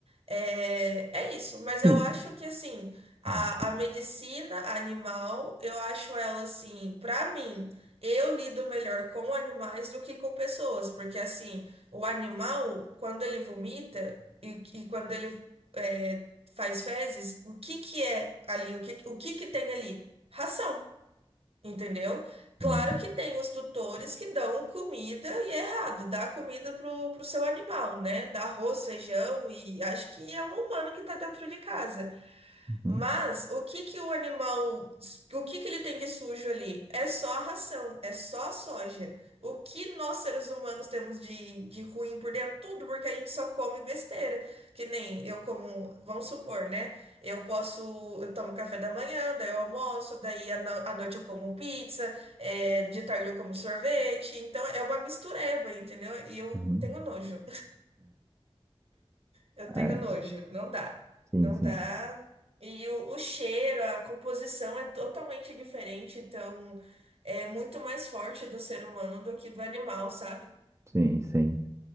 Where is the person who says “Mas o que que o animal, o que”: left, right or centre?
Right